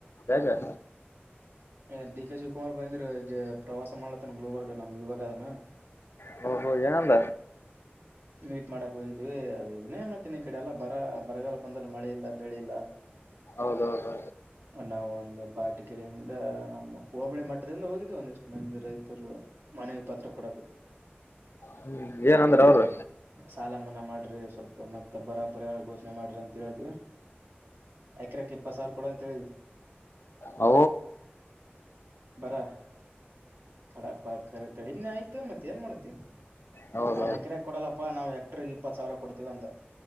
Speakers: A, on the left; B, on the right.
A: ಯಾಕೆ
B: ಎ ಡಿಕ ಶಿವ ಕುಮಾರ್ ಬ ಪ್ರವಾಸ ಮಾಡಲತ್ತನ ಗ್ಲೋಬರ್ಗ ನಮ್ ಇ ಅದನ
A: ಹೊ ಹ ಯನಂದ
B: ಮೀಟ್ ಮಾಡಕ್ ಹಯ್ದ್ ಅದ ಇದಿನೇ ಮತ್ತೆನ ಈ ಕಡೆ ಎಲ್ಲ ಬರ ಬರಗಲ್ಲ ಬಂದ ಮಳೆ ಇಲ್ಲ ಬೆಳಿ ಇಲ್ಲ
A: ಹೌದೌದು
B: ನಾವು ಒಂದು ಪಟಿ ಕಡೆಯಿಂದ ನಮ್ಮ್ ಹೋಬಳಿ ಮಟ್ಟದಿಂದ ಹೋಗ ಇ ಒಂದಿಷ್ಟು ಮಂದಿ ರೈತರು ಮನವಿ ಪಾತ್ರ ಕೊಡಬೇಕ
A: ಹ್ಮ್ ಏನಂದ್ರ ಅವ್ರು
B: ಸಾಲ ಮನ್ನಾ ಮಾಡ್ರಿ ಸ್ವಲ್ಪ ಮತ್ತೆ ಬರಾಬರಿಗೋ ಮಾಡ್ರಿ ಅಂತ ಹೇಳಿದ್ವಿ ಎಕ್ರಕ್ ಇಪ್ಪ ಸಾವಿರ ಕೊಡ ಅಂತ ಹೇಳಿದ್ವಿ
A: ಹ
B: ಬರಾ ಕಡಪಕ ಕಡಿಮೆ ಆಯ್ತ ಮತ್ತೆ ಏನ್ ಮಾಡ್ತಿ
A: ಹೌದೌದು
B: ಅವ್ನ್ ಎಕರೆ ಕೊಡಲ್ಲಪ್ಪಾ ನಾವ್ ಎಕ್ಟ್ರ ಇಪ್ಪತ್ ಸಾವಿರ ಕೊಡ್ತೀವಿ ಅಂತ